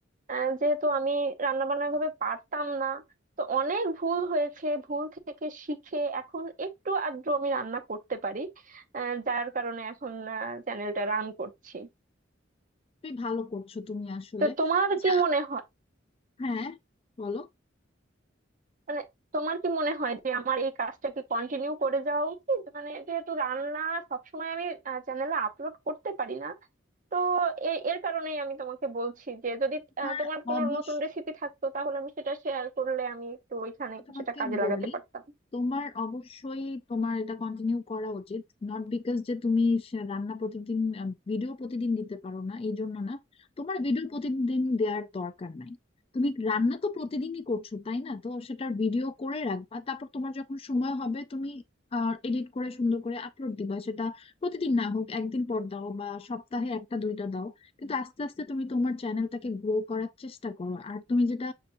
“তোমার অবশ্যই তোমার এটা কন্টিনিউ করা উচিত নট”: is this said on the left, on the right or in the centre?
Left